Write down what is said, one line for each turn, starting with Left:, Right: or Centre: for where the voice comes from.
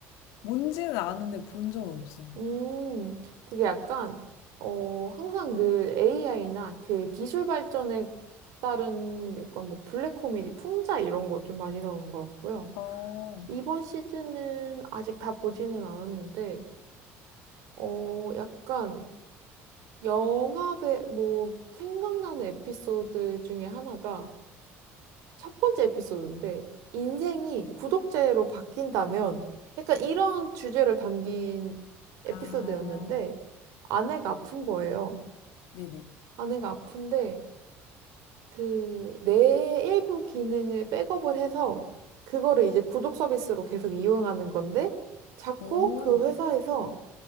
Left: 뭔지는 아는데 본 적은 없어요.
Right: 음, 그게 약간 어 항상 늘 AI나 그 기술 발전에 따른 약간 뭐 블랙 코미디 풍자 이런 것 좀 많이 나오는 것 같고요.
Left: 어,
Right: 이번 시즌은 아직 다 보지는 않았는데 어 약간 영화배, 뭐, 생각나는 에피소드 중에 하나가 첫 번째 에피소드인데, 인생이 구독제로 바뀐다면, 약간 이런 주제를 담긴 에피소드였는데,
Left: 아,
Right: 아내가 아픈 거예요.
Left: 네네.
Right: 아내가 아픈데, 그, 뇌의 일부 기능을 백업을 해서, 그거를 이제 구독 서비스로 계속 이용하는 건데, 자꾸
Left: 오,
Right: 그 회사에서